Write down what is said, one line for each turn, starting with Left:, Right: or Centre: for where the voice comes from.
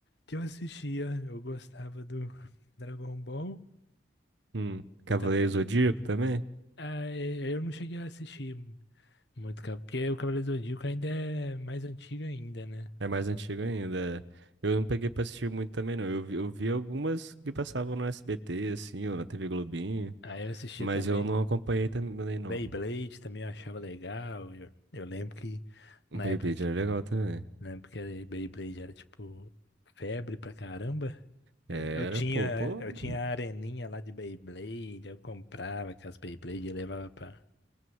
Left: que eu assistia. Eu gostava do Dragon Ball.
Right: Hum. Cavaleiro
Left: Eu também.
Right: Zodíaco também?
Left: Ah, eu não cheguei a assistir muito, Ca- porque o Cavaleiro do Zodíaco ainda é mais antigo ainda, né?
Right: É mais antigo ainda. é. Eu não peguei pra assistir muito também, não. Eu vi, eu vi algumas que passavam no SBT, assim, ou na TV Globinho.
Left: Aí eu assistia
Right: Mas
Left: também
Right: eu não acompanhei também, não.
Left: Beyblade, também eu achava legal. Eu, eu lembro que
Right: Beyblade
Left: na época, que-
Right: era legal também.
Left: na época era- Beyblade era tipo febre pra caramba.
Right: Era,
Left: Eu tinha,
Right: pô, pô.
Left: eu tinha a areninha lá de Beyblade, eu comprava aquelas Beyblade e levava pra,